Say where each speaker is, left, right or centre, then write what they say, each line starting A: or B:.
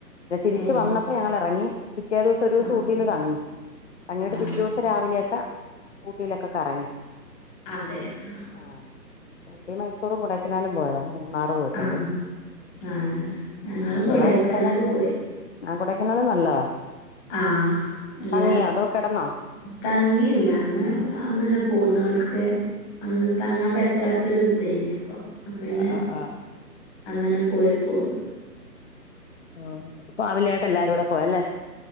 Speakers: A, on the left; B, on the left.
A: പിന്നെ, തിരിച്ചു
B: ഏ
A: വന്നപ്പോ ഞങ്ങൾ ഇറങ്ങി. പിറ്റേ ദിവസം ഒരു, ദിവസം
B: ആ
A: ഊട്ടിൽ തങ്ങി. തങ്ങിയിട്ട് പിറ്റേ,
B: ആ
A: ദിവസം രാവിലെയൊക്ക ഊട്ടിയിലൊക്കെ കറങ്ങി.
B: അതെ, ആഹ്
A: ആഹ് ഊട്ടി മൈസൂറും കൊഡൈക്കനാലും പോയോ മൂന്നാറ് പോയിട്ടുണ്ട്
B: ആഹ് ആഹ് ഞങ്ങളും കൊടൈക്കനാല്
A: ഒരുമാതിരി സ്ഥലങ്ങള്
B: പോയി
A: ആഹ് കൊടൈക്കന്നാലും നല്ലതാ
B: ആഹ് നല്ല
A: തങ്ങിയോ അതോ കിടന്നോ
B: തങ്ങിയില്ല അന്ന് അന്നന്നെ പോന്നാൾക്ക് അന്ന് തങ്ങാൻ പറ്റാത്തൊരു ഇതേനപ്പൊ അപ്പ പിന്നെ
A: ആഹ് ആഹ്
B: അന്നന്നെ പോയി പോന്നു
A: ആഹ് ഫാമിലി ആയിട്ട് എല്ലാരും കൂടെ പോയല്ലേ